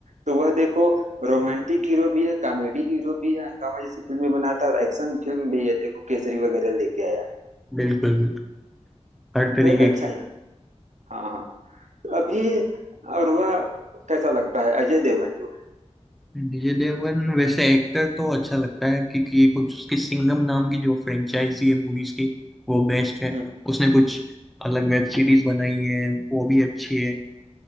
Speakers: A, on the right (about 80°); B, in the centre.
A: तो वह देखो रोमांटिक हीरो भी है कॉमेडी हीरो भी है हंगामा जैसी फिल्में बनाता है और एक्शन फिल्म भी है देखो केसरी वगैरह लेके आया है
B: बिल्कुल बिल्कुल हर तरीके
A: तो एक अच्छा
B: की
A: ही हाँ हाँ तो अभी और वह कैसा लगता है अजय देवगन जो है
B: विजय देवगन वैसे एक्टर तो अच्छा लगता है क्योंकि ये कुछ उसकी सिंघम नाम की जो फ्रेंचाइजी है मूवीज की वो बेस्ट है
A: हम्म
B: उसने कुछ अलग वेब सीरीज बनाई है वो भी अच्छी है